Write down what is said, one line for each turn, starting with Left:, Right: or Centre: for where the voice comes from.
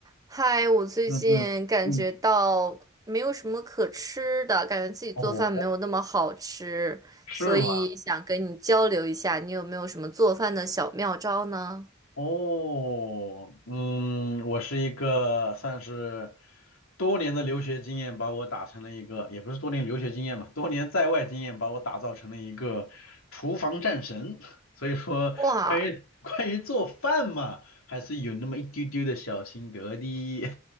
Right: 嗨，我最近感觉到没有什么可吃的，
Left: 嗯嗯嗯，
Right: 感觉自己做饭没有那么好吃，
Left: 哦，是吗？
Right: 所以想跟你交流一下，你有没有什么做饭的小妙招呢？
Left: 哦，嗯，我是一个算是多年的留学经验把我打成了一个，也不是多年留学经验吧，多年在外经验把我打造成了一个厨房战神。<laughs> 所以说，
Right: 哇
Left: 关于关于做饭嘛，还是有那么一丢丢的小心得的。